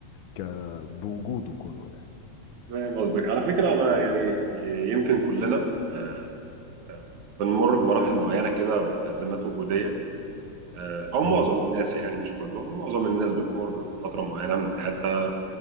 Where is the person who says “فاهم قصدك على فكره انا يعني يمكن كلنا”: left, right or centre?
Right